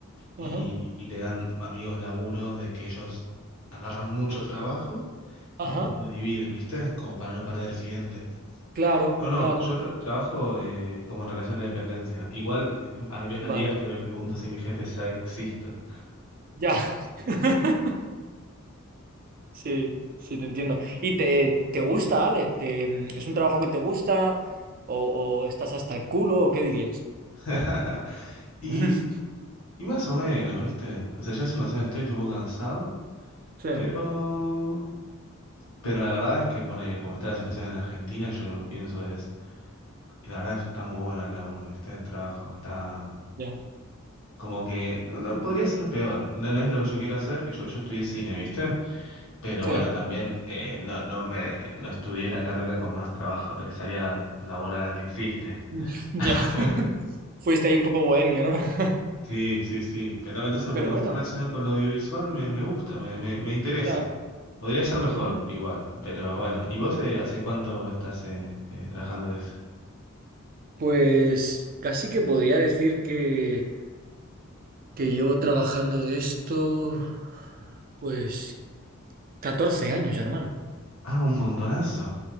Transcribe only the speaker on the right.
Ajá,
ajá,
claro,
claro,
vale,
ya. <laughs> Sí, sí, te entiendo. ¿Y te, te gusta, Ale? ¿Te, mm, ¿es un trabajo que te gusta? ¿O, o estás hasta el culo? ¿O qué dirías?
<laughs>
Sí,
ya,
sí,
<laughs>
ya. <laughs> Fuiste ahí un poco bohemio, ¿no? <laughs>
Pero
bueno,
ya.
Ujú.
Pues casi que podría decir que, que llevo trabajando de esto, pues, 14 años, hermano.